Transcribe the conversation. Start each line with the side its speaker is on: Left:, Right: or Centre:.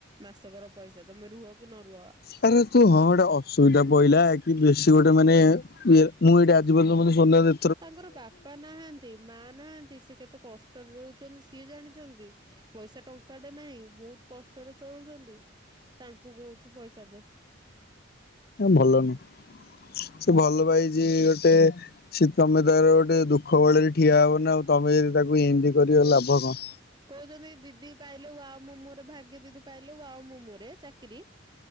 Right: ମାସକର ପଇସା ତମେ ରୁହ କି ନରୁହ।
Left: ତାହେଲେ ତୁ ହଁ ଗୋଟେ ଅସୁବିଧା ପଇଲା କି ବେଶୀ ଗୋଟେ ମାନେ ଇଏ ମୁଁ ଏଇଟା ଆଜି ପର୍ଯ୍ୟନ୍ତ ମୋତେ ସୋନା ଦେ
Right: ତାଙ୍କର ବାପା ନାହାନ୍ତି ମା ନାହାନ୍ତି ସେ କେତେ କଷ୍ଟରେ ରହୁଛନ୍ତି ସିଏ ଜାଣିଛନ୍ତି। ପଇସା ଟଙ୍କାଟେ ନାହିଁ ବହୁତ କଷ୍ଟରେ ଚଳୁଛନ୍ତି ତାଙ୍କୁ କହୁଛୁ ପଇସା ଦେ।
Left: ଭଲ ନୁହଁ ସେ ଭଲ ପାଇଛି ଗୋଟେ ସେ ତମେ ତାର ଗୋଟେ ଦୁଃଖ ବେଳରେ ଠିଆ ହବନା ଆଉ ତମେ ଯଦି ତାକୁ ଏମିତି କରିବ ଲାଭ କଣ।
Right: କହୁଛନ୍ତି କି ଦିଦିକୁ ପାଇଲୁ ଆଉ ମୁଁ ମୋର ଭା। ଦିଦିକି ପାଇଲୁ ଆଉ ମୁଁ ମୋର ଏଇ ଚାକିରି